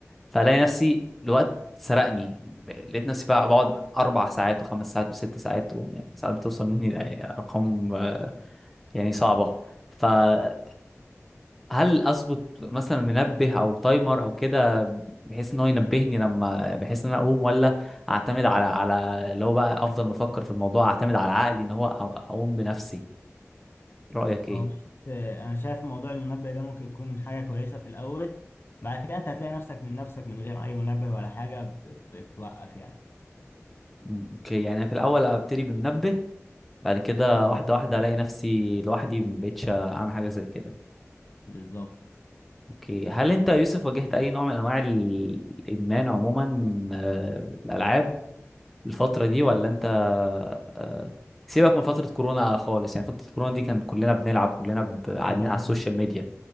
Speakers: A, in the centre; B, on the left.
A: فالاقي نفسي الوقت سرقني لقيت نفسي بقى بقعد اربع ساعات وخمس ساعات وست ساعات و- يعني ساعات بتوصل مني لارقام آه، يعني صعبه فهل اظبط مثلا منبه او تايمر او كده بحيث ان هو ينبهني لما بحيث ان انا اقوم ولا اعتمد على على اللي هو بقى افضل ما افكر في الموضوع اعتمد على عقلي ان هو أ- اقوم بنفسي رايك ايه
B: هو بص آه، أنا شايف موضوع المنبه ده ممكن يكون حاجة كويسة في الأول بعد كده أنت هتلاقي نفسك من نفسك من غير أي منبه ولا حاجة ب- بتوقف
A: م- اوكي يعني أنا في الاول ابتدي بمنبه بعد كده
B: يعني
A: واحده واحده الاقي نفسي لوحدي ما بقتش اعمل حاجه زي كده
B: بالظبط
A: اوكي هل انت يا يوسف واجهت اي نوع من انواع ال- الادمان عموما آه، الالعاب الفتره دي ولا انت آه، سيبك من فتره كورونا خالص يعني فتره كورونا دي كان كلنا بنلعب كلنا ب- قاعدين
B: آه.
A: على السوشيال
B: <laughs>
A: ميديا